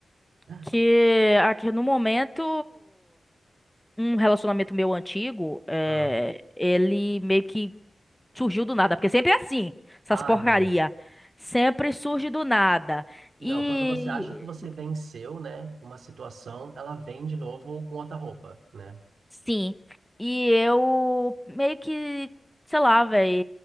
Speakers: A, on the right; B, in the centre.
A: <laughs>
B: Que aqui no momento um relacionamento meu antigo, é,
A: Ah,
B: ele meio que surgiu do nada, porque sempre é assim, essas
A: ai,
B: porcaria.
A: meu.
B: Sempre surge do nada.
A: Não,
B: E
A: quando você acha que você venceu, né, uma situação, ela vem de novo com outra roupa, né?
B: Sim. E eu meio que, sei lá, velho,